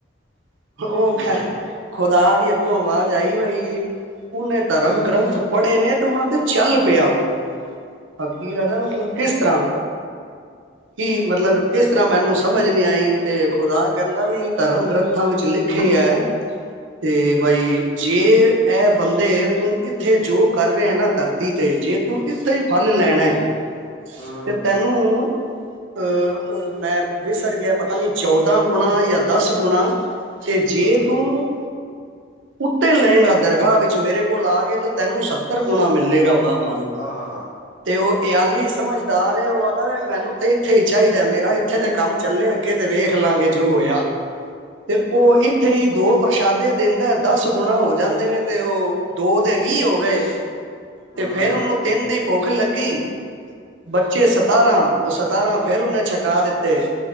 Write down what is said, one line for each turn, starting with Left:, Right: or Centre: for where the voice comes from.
Right: ਉਹ
Left: ਠੀਕ
Right: <inaudible>
Left: ਐ।
Right: ਖੁਦਾ ਦੀ ਅੱਗੋਂ ਆਵਾਜ਼ ਆਈ, ਬਈ ਉਹਨੇ ਧਰਮ ਗ੍ਰੰਥ ਪੜ੍ਹੇ ਨੇ, ਤੇ ਉਹਨਾਂ ਤੇ ਚੱਲ ਪਿਆ ਉਹ, ਹਕੀਰਦਾ ਮਤਲਬ ਕਿਸ ਤਰ੍ਹਾਂ ਕੀ ਮਤਲਬ ਕਿਸ ਤਰ੍ਹਾਂ ਮੈਨੂੰ ਸਮਝ ਨਹੀਂ ਆਈ, ਤੇ ਖੁਦਾ ਕਹਿੰਦਾ ਵੀ ਧਰਮ ਗ੍ਰੰਥ ਥਾਂ ਵਿੱਚ ਲਿਖੇ ਹੈ, ਤੇ ਬਾਈ ਜੇ ਇਹ ਬੰਦੇ ਤੂੰ ਇੱਥੇ ਜੋ ਕਰ ਰਹੇ ਨਾ ਧਰਤੀ ਤੇ, ਜੇ ਤੂੰ ਇੱਥੇ ਹੀ ਫਲ ਲੈਣਾ, ਹੈ
Left: ਹੂੰ,
Right: ਤੇ ਤੈਨੂੰ ਅਹ ਮੈਂ ਵਿਸਰ ਗਿਆ ਪਤਾ ਨੀ ਚੌਦਾਂ ਗੁਣਾ, ਜਾਂ ਦਸ ਗੁਣਾ ਤੇ ਜੇ
Left: ਹੂੰ,
Right: ਤੂੰ ਉੱਤੇ ਲਏਗਾ ਦਰਗਾਹ ਵਿੱਚ ਮੇਰੇ ਕੋਲ ਆ ਕੇ, ਤਾਂ ਤੈਨੂੰ ਸੱਤਰ ਗੁਣਾ ਮਿਲੇਗਾ। ਉਹਦਾ ਫਲ
Left: ਆਹ ਹੋ ਹੋ <inaudible>
Right: ਤੇ ਉਹ ਇਹ ਆਲੀ ਸਮਝਦਾਰ ਏ, ਉਹ ਆਦਾ ਮੈਨੂੰ ਤੇ ਇੱਥੇ ਚਾਹੀਦਾ, ਮੇਰਾ ਇੱਥੇ ਤੇ ਕੰਮ ਚੱਲੇ ਅੱਗੇ ਤੇ ਵੇਖ ਲਾਂਗੇ ਜੋ ਹੋਇਆ। ਤੇ ਉਹ ਇੱਥੇ ਹੀ ਦੋ ਪ੍ਰਸ਼ਾਦੇ ਦਿੰਦਾ ਦਸ ਗੁਣਾ ਹੋ ਜਾਂਦੇ ਨੇ, ਤੇ ਉਹ ਦੋ ਦੇ ਵੀਹ ਹੋ ਗਏ। ਤੇ
Left: ਹੂੰ,
Right: ਫੇਰ ਉਹਨੂੰ ਤਿੰਨ ਦੀ ਭੁੱਖ ਲੱਗੀ, ਬੱਚੇ ਸਤਾਰਾਂ ਉਹ ਸਤਾਰਾਂ ਫੇਰ ਉਹਹਨੇ ਛਕਾ ਦਿੱਤੇ,